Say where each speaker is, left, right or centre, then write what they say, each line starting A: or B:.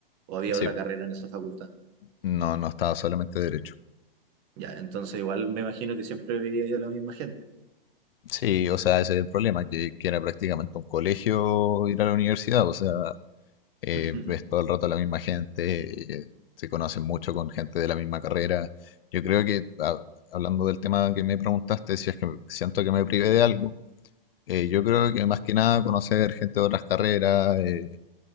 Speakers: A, on the right; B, on the left.
A: O había
B: sí,
A: otra carrera en esa facultad.
B: no, no estaba solamente derecho.
A: Ya, entonces igual me imagino que siempre vería yo a la misma gente.
B: Sí, o sea, ese es el problema, que, que era prácticamente un colegio ir a la universidad, o sea, eh,
A: <laughs>
B: ves todo el rato a la misma gente, eh, se conocen mucho con gente de la misma carrera. Yo creo que, a- hablando del tema que me preguntaste, si es que siento que me privé de algo, eh, yo creo que más que nada conocer gente de otras carreras, eh,